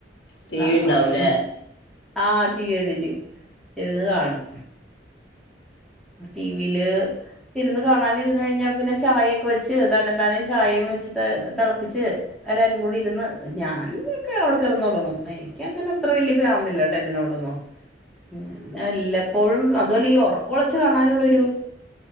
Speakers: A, on the left; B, in the centre.
A: ടി
B: ആഹ്
A: വി ഉണ്ടാവൂലേ
B: ആഹ് ടി വി യുണ്ട് ടി വി ഇരുന്നു കാണും ടീവിയില് ഇരുന്ന് കാണാൻ ഇരുന്ന് കഴിഞ്ഞാൽ പിന്നെ ചായയൊക്കെ വെച്ച് തന്നെ താനെ ചായയും വെച്ച് തിളപ്പിച്ച് എല്ലാരും കൂടി ഇരുന്ന് ഞാനൻക്കെ അവിടെ കിടന്നുറങ്ങും എനിക്കങ്ങനെ അത്ര വലിയ പ്രാന്തില്ല ഇതിനോടൊന്നും. ഉം ന്നെ വല്ലപ്പോഴും അതുല്ല ഈ ഒറ ഒളിച്ചു കാണാനുള്ളൊരു